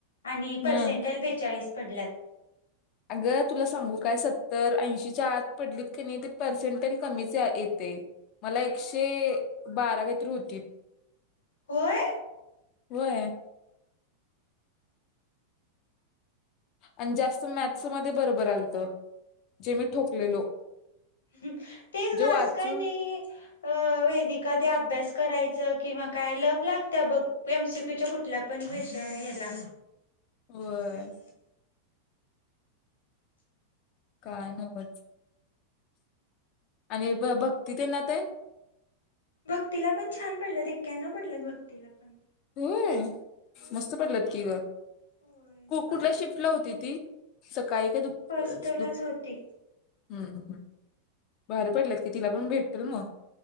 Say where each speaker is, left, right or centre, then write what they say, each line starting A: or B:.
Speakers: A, on the left; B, on the left.
A: आणि
B: हम्म
A: परर्सेंटेज बेचाळीस. पडल्यात.
B: अगं तुला सांगू काय सत्तर ऐंशीच्या आत पडलीत का नाही ते पर्सेंट कमीच या येतय. मला एकशे बारा काहीतरी होतीत.
A: होय.
B: होय. आणि जास्त मॅथ्स मध्ये बरोबर आलतं जे मी ठोकलेलो.
A: ह तेच
B: म्हणजे
A: गं
B: वाचून
A: असं काय नाही. अ वेदिका ते अभ्यास करायचं किंवा काय लक लागत्या बघ, एम सी क्यू च्या कुठल्यापण विषय ह्याला
B: होय
A: <unintelligible>
B: काय नवचं आणि ब भक्ती तेना ते
A: भक्तीला पण छान पडल्यात एक्यानव पडल्यात भक्तीला पण
B: होय
A: होय
B: मस्त पडल्यात की गं,
A: होय
B: कु कुठल्या शिफ्ट ला होती ती. सकाळी काय दुप
A: हॉस्टेलाच
B: दुप
A: होती.
B: हम्म ह हम्म भारी
A: हम्म,
B: पडल्यात की तिला पण भेट <unintelligible>